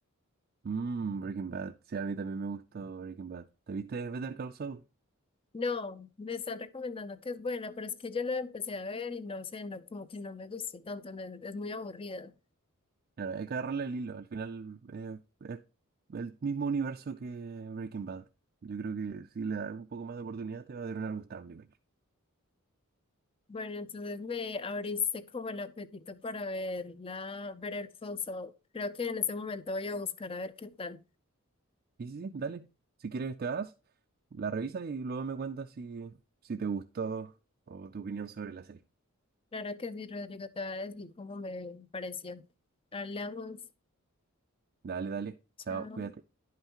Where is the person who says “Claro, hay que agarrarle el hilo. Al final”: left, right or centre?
Right